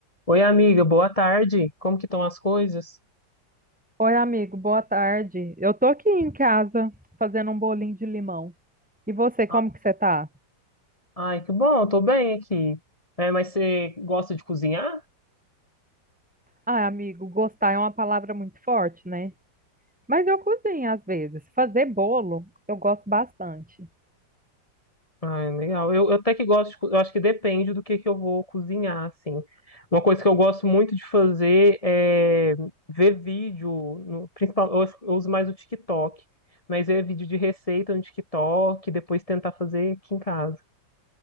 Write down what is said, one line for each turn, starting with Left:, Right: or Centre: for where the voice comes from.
Left: Oi, amiga, boa tarde. Como que estão as coisas?
Centre: Oi, amigo, boa tarde. Eu tô aqui em casa fazendo um bolinho de limão. E você, como
Left: Ah,
Centre: que você tá?
Left: Ai, que bom, eu tô bem aqui. É, mas você gosta de cozinhar?
Centre: Ah, amigo, gostar é uma palavra muito forte, né? Mas eu cozinho às vezes. Fazer bolo, eu gosto bastante.
Left: Ai, legal. Eu, eu até que gosto, de co- eu acho que depende do que que eu vou cozinhar, assim. Uma coisa que eu gosto muito de fazer é ver vídeo, no, principal, eu, acho- eu uso mais o TikTok, mas ver vídeo de receita no TikTok, e depois tentar fazer aqui em casa.